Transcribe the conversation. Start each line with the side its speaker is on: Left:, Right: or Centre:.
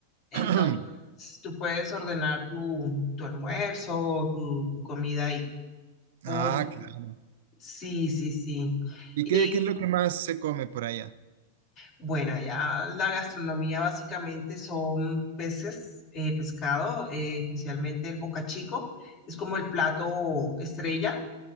Left: entonces
Right: <clears throat>
Left: tú puedes ordenar tu, tu almuerzo, tu, tu comida ahí. Por,
Right: Ah, claro.
Left: sí, sí, sí.
Right: ¿Y
Left: Y
Right: qué, qué es lo que más se come por allá?
Left: Bueno, ya la gastronomía básicamente son peces, eh, pescado, eh, especialmente el bocachico. Es como el plato estrella.